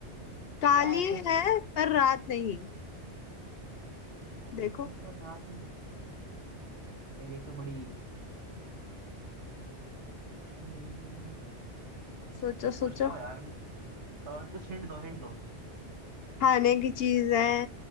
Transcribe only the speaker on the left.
काली
है पर रात नहीं
देखो
सोचो
सोचो
खाने की चीज है